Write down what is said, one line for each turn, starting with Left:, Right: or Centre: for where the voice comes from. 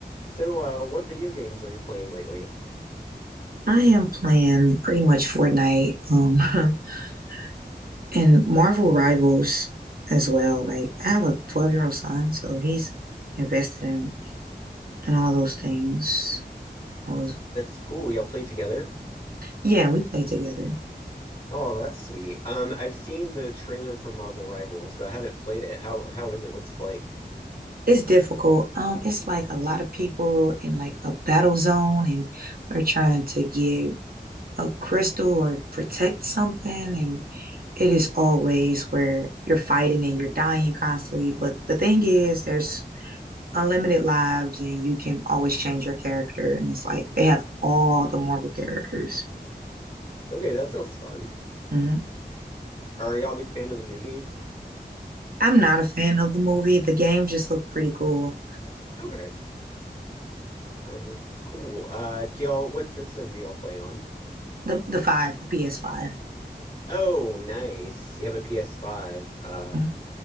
Left: So, uh, what video games are you playing lately?
Right: I am playing pretty much Fortnite um, <laughs> and Marvel Rivals as well. Like I have a 12 year old son, so he's invested in in all those things. I was
Left: That's cool. We all play together?
Right: yeah, we play together.
Left: Oh, that's sweet. Um, I've seen the trailer for Marvel Rivals, but I haven't played it. How how is it? What's it like? <laughs>
Right: It's difficult. Um, it's like a lot of people in like a battle zone, and we're trying to get a crystal or protect something, and it is always where you're fighting and you're dying constantly. But the thing is, there's unlimited lives and you can always change your character. And it's like they have all the Marvel characters.
Left: Okay, that sounds fun.
Right: hmm
Left: Are y'all a big fan of the movies?
Right: I'm not a fan of the movie. The game just looked pretty cool.
Left: Okay. Um, cool. Uh, do y'all what system do y'all play on?
Right: The the five, the PS5.
Left: Oh, nice. You have a PS5. Uh,
Right: Mhm.